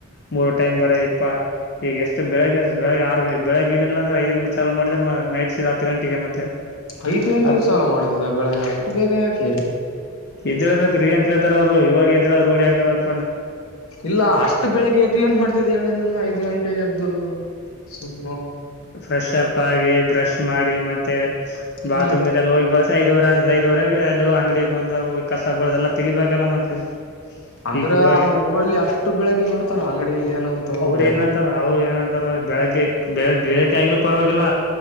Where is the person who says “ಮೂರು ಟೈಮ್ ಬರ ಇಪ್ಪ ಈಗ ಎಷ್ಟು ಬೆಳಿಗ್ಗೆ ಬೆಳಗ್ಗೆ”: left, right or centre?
Left